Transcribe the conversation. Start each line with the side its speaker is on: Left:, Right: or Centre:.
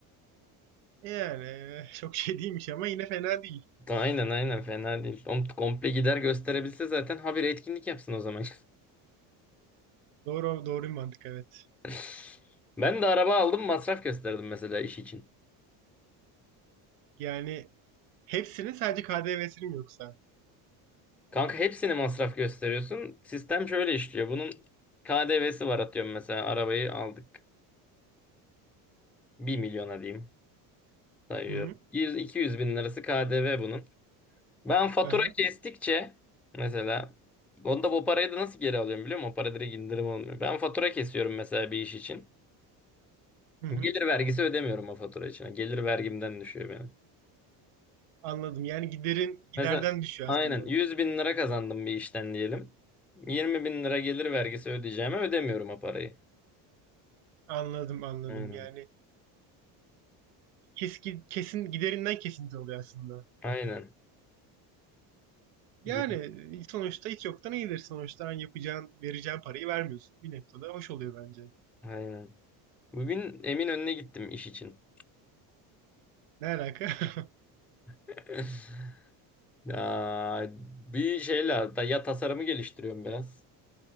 Right: E Yani <laughs> eh, çok şey değilmiş ama yine fena değil.
Centre: Aynen aynen fena değil. Oğlum komple gider gösterebilse zaten habire etkinlik yapsın o zaman.
Right: Doğru, doğru bir mantık evet.
Centre: <laughs> Ben de araba aldım masraf gösterdim mesela iş için.
Right: Yani hepsinin sadece KDV'sini mi yoksa?
Centre: Kanka hepsini masraf gösteriyorsun. Sistem şöyle işliyor. Bunun KDV'si var atıyorum mesela arabayı aldık. bir milyona diyeyim sayıyorum.
Right: Hı hı.
Centre: 100-200 bin lirası KDV bunun. Ben fatura
Right: Aha.
Centre: kestikçe mesela onda o parayı da nasıl geri alıyorum biliyor musun? O para direkt indirim olmuyor. Ben fatura kesiyorum mesela bir iş için.
Right: Hı hı.
Centre: Gelir vergisi ödemiyorum o fatura için. Gelir vergimden düşüyor benim.
Right: Anladım. Yani giderin giderden
Centre: Mesela
Right: düşüyor
Centre: aynen
Right: aslında.
Centre: 100 bin lira kazandım bir işten diyelim. 20 bin lira gelir vergisi ödeyeceğime ödemiyorum o parayı.
Right: Anladım, anladım.
Centre: Aynen.
Right: Yani kesin kesin giderinden kesinti oluyor aslında.
Centre: Aynen.
Right: Yani
Centre: Ge-
Right: e, sonuçta hiç yoktan iyidir. Sonuçta hani yapacağın, vereceğin parayı vermiyorsun. Bir noktada hoş oluyor bence.
Centre: Aynen. Bugün Eminönü'ne gittim iş için.
Right: Ne alaka? <laughs>
Centre: <laughs> Ya, bir şeyle da ya tasarımı geliştiriyorum biraz.